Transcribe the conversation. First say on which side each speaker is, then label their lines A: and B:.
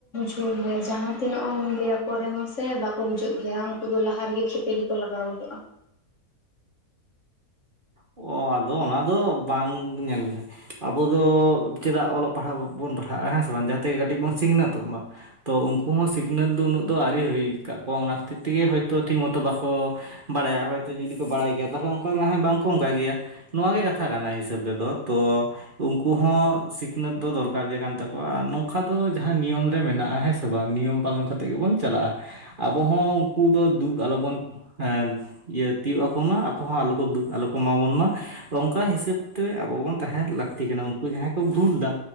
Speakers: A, on the left; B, on the right.
A: ᱪᱮᱫ ᱮᱢ ᱞᱟᱹᱭᱟ ᱡᱟᱦᱟᱸ ᱛᱤᱱᱟᱹᱜ ᱢᱤᱰᱤᱭᱟ ᱠᱚᱨᱮᱦᱚᱸ ᱥᱮ ᱵᱟᱠᱚ ᱵᱩᱡᱩᱜ ᱜᱮᱭᱟ ᱩᱱᱠᱩ ᱫᱚ ᱞᱟᱦᱟ ᱨᱮᱜᱮ ᱠᱷᱮᱯᱮᱨᱤ ᱜᱮᱠᱚ ᱞᱟᱜᱟᱣ ᱜᱚᱫᱚᱜᱼᱟ᱾
B: ᱚ ᱟᱫᱚ ᱚᱱᱟ ᱫᱚ ᱵᱟᱝ ᱧᱮᱞ ᱢᱮ ᱟᱵᱚ ᱫᱚ ᱪᱮᱫᱟᱜ ᱚᱞᱚᱜ ᱯᱟᱲᱦᱟᱜ ᱵᱚᱱ ᱯᱟᱲᱦᱟᱜᱼᱟ ᱦᱮᱸ ᱥᱮ ᱵᱟᱝ ᱡᱟᱦᱟᱸᱛᱮᱜᱮ ᱠᱟᱹᱴᱤᱡ ᱵᱚᱱ ᱥᱤᱠᱷᱱᱟᱹᱛᱚᱜ ᱢᱟ ᱾ ᱛᱚ ᱩᱱᱠᱩ ᱦᱚᱸ ᱥᱤᱠᱷᱱᱟᱹᱛ ᱫᱚ ᱩᱱᱟᱹᱜ ᱫᱚ ᱟᱹᱣᱨᱤ ᱦᱩᱭ ᱠᱟᱫ ᱠᱚᱣᱟ ᱚᱱᱟ ᱠᱷᱟᱹᱛᱤᱨ ᱛᱮᱜᱮ ᱦᱳᱭᱛᱳ ᱴᱷᱤᱠ ᱢᱚᱛᱚ ᱵᱟᱠᱚ ᱵᱟᱲᱟᱭᱟ ᱦᱚᱭᱛᱳ ᱡᱩᱫᱤ ᱠᱚ ᱵᱟᱲᱟᱭ ᱜᱮᱭᱟ ᱛᱟᱦᱚᱞᱮ ᱚᱱᱠᱟ ᱦᱮᱸ ᱵᱟᱝᱠᱚ ᱚᱱᱠᱟ ᱠᱮᱭᱟ᱾ ᱱᱚᱣᱟ ᱜᱮ ᱠᱟᱛᱷᱟ ᱠᱟᱱᱟ ᱦᱤᱥᱟᱹᱵ ᱨᱮᱫᱚ ᱛᱚ ᱩᱱᱠᱩ ᱦᱚᱸ ᱥᱤᱠᱷᱱᱟᱹᱛ ᱫᱚ ᱫᱚᱨᱠᱟᱨ ᱜᱮ ᱠᱟᱱ ᱛᱟᱠᱚᱣᱟ ᱱᱚᱝᱠᱟ ᱫᱚ ᱡᱟᱦᱟᱸ ᱱᱤᱭᱚᱢ ᱨᱮ ᱢᱮᱱᱟᱜᱼᱟ ᱦᱮᱸᱥᱮ <unintelligible> ᱱᱤᱭᱚᱢ ᱯᱟᱞᱚᱱ ᱠᱟᱛᱮᱜ ᱜᱮᱵᱚᱱ ᱪᱟᱞᱟᱜᱼᱟ, ᱟᱵᱚ ᱦᱚᱸ ᱩᱱᱠᱩ ᱫᱚ ᱫᱩᱠ ᱟᱞᱚᱵᱚᱱ ᱦᱮᱱ ᱤᱭᱟᱹ ᱛᱤᱭᱩᱜ ᱟᱠᱚ ᱢᱟ ᱟᱠᱚ ᱦᱚᱸ ᱟᱞᱚ ᱠᱚ ᱫᱩᱠ ᱟᱞᱚ ᱠᱚ ᱮᱢᱟ ᱵᱚᱱ ᱢᱟ ᱚᱝᱠᱟ ᱦᱤᱥᱟᱹᱵ ᱛᱮ ᱟᱵᱚ ᱵᱚᱱ ᱛᱟᱦᱮᱸᱱ ᱞᱟᱹᱠᱛᱤ ᱠᱟᱱᱟ ᱩᱱᱠᱩ ᱡᱟᱦᱟᱸᱭ ᱠᱚ ᱵᱷᱩᱞ ᱫᱟ